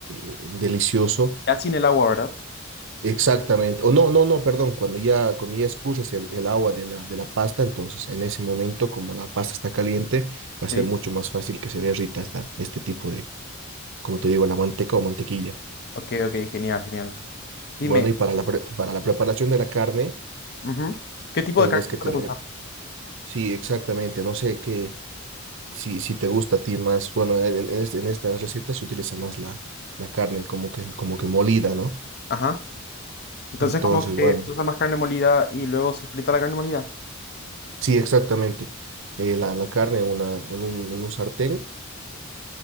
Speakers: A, on the right; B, on the left.
A: eh, delicioso
B: Ya sin el agua, ¿verdad?
A: Exactamente. O no, no, no, perdón. Cuando ya, cuando ya escurres el, el agua de la, de la pasta, entonces en ese momento, como la pasta está caliente, va a
B: Sí.
A: ser mucho más fácil que se derrita esta, este tipo de, como te digo, la manteca o mantequilla.
B: Ok, ok, genial, genial. Dime,
A: Bueno, y para la, pre- para la preparación de la carne,
B: ujú, ¿Qué tipo
A: tendrías
B: de carne
A: que
B: sueles
A: tener,
B: usar?
A: sí, exactamente. No sé qué, si, si te gusta a ti más, bueno, en, en, este- en esta receta se utiliza más la, la carne como que, como que molida, ¿no?
B: Ajá. Entonces
A: Entonces,
B: como que
A: bueno,
B: se usa más carne molida y luego se frita la carne molida.
A: sí, exactamente. Eh, la, la carne en, una, en un, en un sartén.